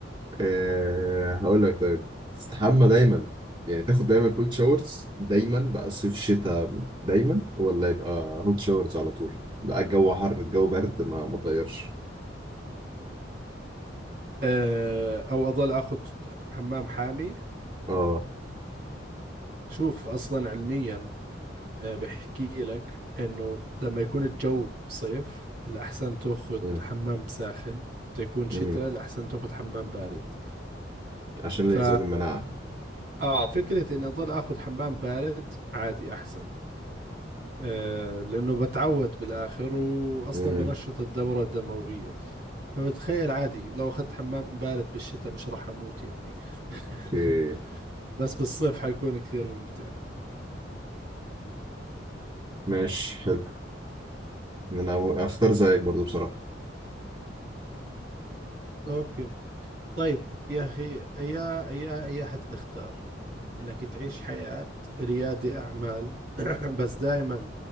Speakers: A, on the right (about 25°); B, on the right (about 65°).
A: أه هقول لك طيب تستحمى دايما يعني تاخد دايما كولد شاورز دايما بقى صيف شتاء دايما ولا يبقى هوت شاورز على طول لا الجو حر الجو برد ما ما تغيرش
B: أه، أو أضل أخذ حمام حامي
A: اه
B: شوف أصلا علميا أه، بحكي لك إنه لما يكون الجو صيف الأحسن تأخذ
A: مم،
B: حمام ساخن تكون شتاء
A: مم.
B: الأحسن تأخذ حمام بارد
A: عشان
B: ف
A: اللي يزود المناعة
B: اه فكرة اني اضل اخذ حمام بارد عادي احسن آه لانه بتعود بالاخر واصلا
A: مم،
B: بنشط الدورة الدموية فبتخيل عادي لو اخذت حمام بارد بالشتاء مش راح اموت يعني <laughs>
A: اوكي
B: بس بالصيف حيكون كثير ممتع
A: ماشي حلو انا اختار زيك برضو بصراحة
B: اوكي طيب يا أخي يا يا يا حتختار إنك تعيش حياة ريادي أعمال <clears throat> بس دائما